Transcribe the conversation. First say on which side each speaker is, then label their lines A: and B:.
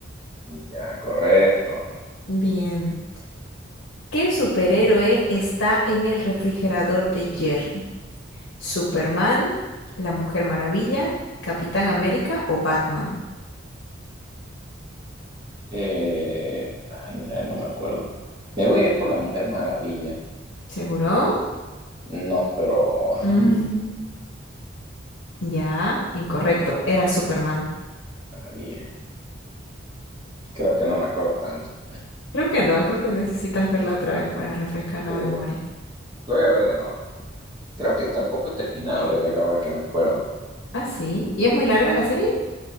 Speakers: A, on the right (about 20°); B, on the left (about 75°).
A: Ya, correcto.
B: Bien. ¿Qué superhéroe está en el refrigerador de Jerry? ¿Superman, la Mujer Maravilla, Capitán América o Batman?
A: Eh, ay, mira, no me acuerdo. Me voy a ir por la Mujer Maravilla.
B: ¿Seguro?
A: No, pero <laughs>
B: Mm, Ya, incorrecto.
A: mira,
B: Era Superman.
A: Maravilla. Creo que no me acuerdo tanto.
B: Creo que no, creo que necesitas verla otra vez para refrescar la
A: Sí.
B: memoria.
A: Lo voy a ver de nuevo. Creo que tampoco he terminado de verla ahora que me acuerdo.
B: ¿Ah, sí? ¿Y es muy larga la serie?